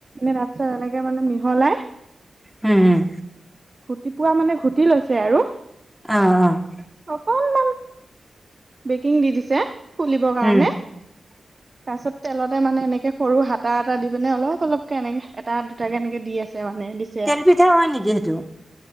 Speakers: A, on the right (about 40°); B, in the centre.
A: তাৰপিছত এনেকে মানে মিহলাই
B: হম হম।
A: ঘুটি পোৱা, মানে ঘুটি লৈছে আৰু।
B: অ'।
A: অকনমান, বেকিং দি দিছে, ফুলিবৰ কাৰণে।
B: হুম। <inaudible>
A: তাৰ পিছত তেলতে মানে এনেকে সৰু হাতা এটা দি পিনে অলপ, অলপকে এনেকে এটা দুটাকে এনেকে দি আছে, মানে বিশ
B: তেল পিঠা হয় নেকি সেইটো?